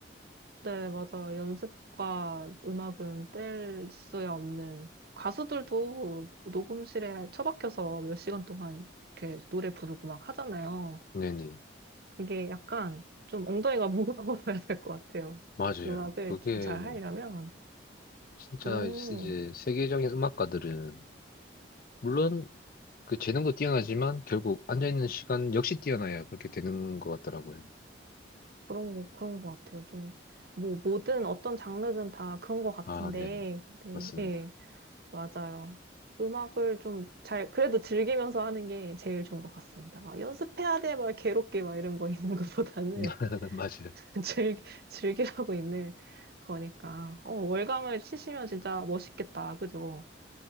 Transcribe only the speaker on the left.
네네.
맞아요.
그게
진짜
이제 세계적인 음악가들은 물론 그 재능도 뛰어나지만 결국 앉아있는 시간 역시 뛰어나야 그렇게 되는 것 같더라고요.
아, 네.
맞습니다.
<laughs> 맞아요.